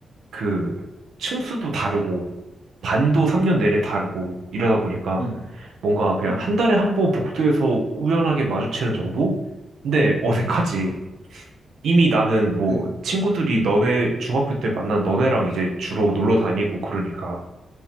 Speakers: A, on the right; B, on the right.
A: 그 층수도 다르고 반도 3년 내내 다르고 이러다 보니까
B: 응,
A: 뭔가 그냥
B: 응,
A: 한 달에 한 번 복도에서 우연하게 마주치는 정도? 근데 어색하지.
B: 응,
A: 이미 나는
B: 그지.
A: 뭐 친구들이 너네 중학교 때 만난 너네랑 이제 주로 놀러 다니고 그러니까